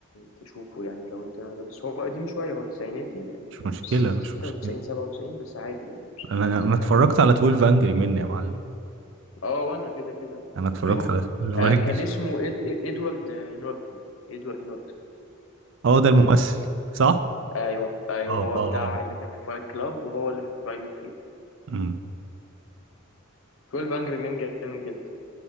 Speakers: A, on the left (about 80°); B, on the right (about 60°).
A: تشوفه يعني لو انت بس هو قديم شوية هو تسعيناتي يعني
B: مش
A: كان
B: مشكلة
A: في س- 96
B: مش مشكلة
A: 97 بس عادي يعني مش
B: انا
A: هتحس
B: انا
A: بحاجة
B: اتفرجت على 12 انجري مني يا معلم
A: اه وانا كده كده
B: انا اتفرجت
A: <laughs>
B: على 12
A: آه
B: انجري
A: كان اسمه إد... إد- ادوارد نورتن ادوارد نورتن
B: اه
A: فكرت
B: ده الممثل
A: اسمه
B: صح
A: ايوه ايوه
B: اه
A: هو
B: اه
A: بتاع
B: اه
A: اللي كان في فايت كلاب وهو اللي في برايم فير
B: مم.
A: 12 انجري مان جامد جدا